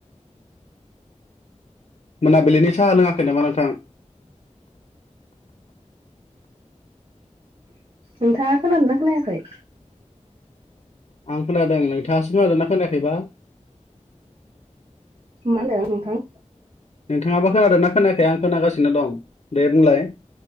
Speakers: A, on the left (about 55°); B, on the right (about 45°).
A: मोनाबिलिनि साहा लोङाखै नामा नोंथां।
B: नोंथाङा खोनादोंना खोनायाखै।
A: आं खोनादों नोंथाङासो खोनादोंना खोनायाखैबा।
B: मा होनदों नोंथां।
A: नोंथाङाबा खोनादोंना खोनायाखै आं खोनागासिनो दं दे बुंलाय।